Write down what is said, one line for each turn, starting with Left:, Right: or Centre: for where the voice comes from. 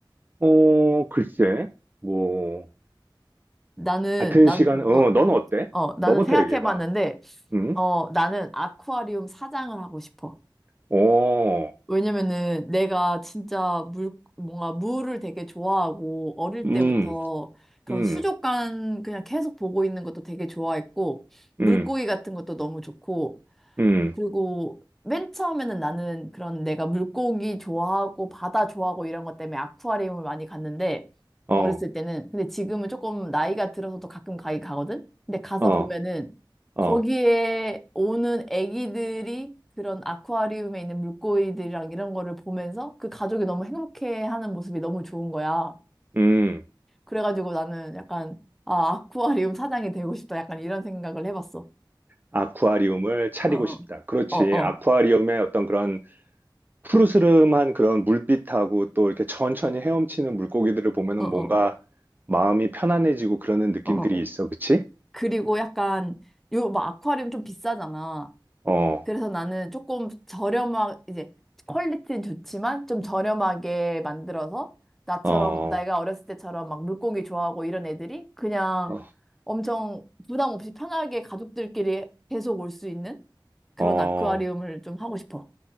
Right: 어, 글쎄, 뭐,
Centre: 나는,
Right: 같은
Centre: 나,
Right: 시간, 어,
Centre: 어,
Right: 넌 어때?
Centre: 어, 나는
Right: 너부터
Centre: 생각해봤는데,
Right: 얘기해봐. 응?
Centre: 어, 나는 아쿠아리움 사장을 하고 싶어.
Right: 어,
Centre: 왜냐면은 내가 진짜 물, 뭔가 물을 되게 좋아하고, 어릴
Right: 음.
Centre: 때부터 그런
Right: 음.
Centre: 수족관 그냥 계속 보고 있는 것도 되게 좋아했고, 물고기
Right: 음,
Centre: 같은 것도 너무 좋고,
Right: 음,
Centre: 그리고 맨 처음에는 나는 그런 내가 물고기 좋아하고 바다 좋아하고 이런 것 때문에 아쿠아리움을 많이 갔는데
Right: 어,
Centre: 어렸을 때는 근데 지금은 조금 나이가 들어서도 가끔 가긴 가거든. 근데 가서
Right: 어,
Centre: 보면은
Right: 어,
Centre: 거기에 오는 애기들이 그런 아쿠아리움에 있는 물고기들이랑 이런 거를 보면서 그 가족이 너무 행복해하는 모습이 너무 좋은 거야.
Right: 음,
Centre: 그래가지고 나는 약간 아 아쿠아리움 사장이 되고 싶다 약간 이런 생각을 해봤어.
Right: 아쿠아리움을 차리고
Centre: 어,
Right: 싶다. 그렇지.
Centre: 어, 어,
Right: 아쿠아리움의 어떤 그런 푸르스름한 그런 물빛하고 또 이렇게 천천히 헤엄치는 물고기들을 보면은
Centre: 어, 어,
Right: 뭔가 마음이 편안해지고 그러는 느낌들이
Centre: 어. 어.
Right: 있어. 그치?
Centre: 그리고 약간 요 막 아쿠아리움 좀 비싸잖아.
Right: 어,
Centre: 그래서 나는 조금 저렴한 이제 퀄리티는 좋지만 좀 저렴하게 만들어서 나처럼
Right: 어,
Centre: 내가 어렸을 때처럼 막 물고기 좋아하고 이런 애들이 그냥
Right: 어,
Centre: 엄청 부담 없이 편하게 가족들끼리 계속 올 수 있는 그런
Right: 어,
Centre: 아쿠아리움을 좀 하고 싶어.